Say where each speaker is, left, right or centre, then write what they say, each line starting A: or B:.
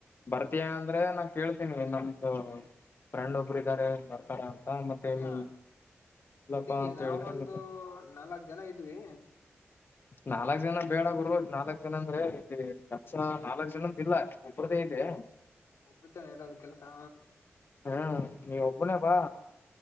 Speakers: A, on the left; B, on the left.
A: ಬರ್ತೀಯಾ ಅಂದ್ರೆ ನಾನ್ ಕೇಳ್ತೀನೀ ನಮ್ದು ಫ್ರೆಂಡ್ ಒಬ್ರಿದಾರೆ ಬರ್ತಾರೇ ಮತ್ತೆ
B: ಇಲ್ಲ
A: ನೀ ಸ್ವಲ್ಪಾ
B: ಇದೀವಿ
A: ಅಂತ
B: ನಾವೊಂದು
A: ಹೇಳಿದ್ರೆ ಮತ್ತೆ
B: ನಾಲ್ಕ್ ಜನ ಇದ್ವಿ
A: ನಾಲಕ್ ಜನಾ ಬೇಡಾ ಗುರು ನಾಲಕ್ ಜನಾ ಅಂದ್ರೆ ಇಲ್ಲಿ ಕೆಲ್ಸಾ ನಾಲಕ್ ಜನಡೂ ಇಲ್ಲ ಒಬ್ಬ್ರುದೆ ಇದೆ
B: ಒಬ್ರದೆ ಇರೋದ ಕೆಲಸಾ
A: ಹ್ಮ ನೀ ಒಬ್ಬನ ಬಾ